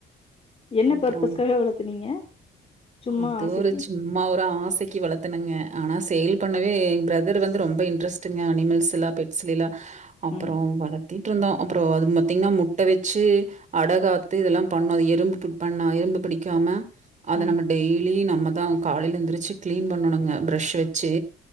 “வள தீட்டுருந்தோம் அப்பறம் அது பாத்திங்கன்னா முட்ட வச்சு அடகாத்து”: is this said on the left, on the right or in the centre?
Right